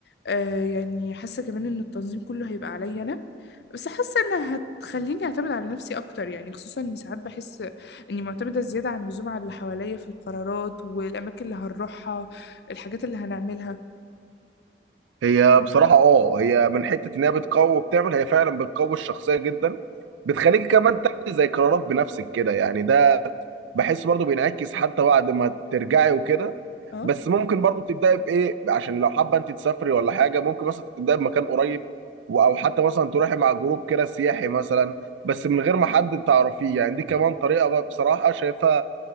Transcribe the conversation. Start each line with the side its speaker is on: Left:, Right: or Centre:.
Left: آه يعني حاسة كمان إن التنظيم كله هيبقى عليا أنا بس حاسة إنها هتخليني أعتمد على نفسي أكتر يعني خصوصا إن ساعات بحس إني معتمدة زيادة عن اللزوم على اللي حواليا في القرارات والأماكن اللي هنروحها الحاجات اللي هنعملها
Right: هي بصراحه اه هي من حته ان هي بتقوي وبتعمل هي فعلا بتقوي الشخصيه جدا بتخليك كمان تاخدي زي قرارات بنفسك كده يعني ده بحس برضو بينعكس حتى بعد ما ترجعي وكده
Left: اه
Right: بس ممكن برضو تبداي بايه عشان لو حابه انت تسافري ولا حاجه ممكن مثلا تبداي بمكان قريب و- او حتى مثلا تروحي مع جروب كده سياحي مثلا بس من غير ما حد تعرفيه يعني دي كمان طريقه بقى بصراحه شايفها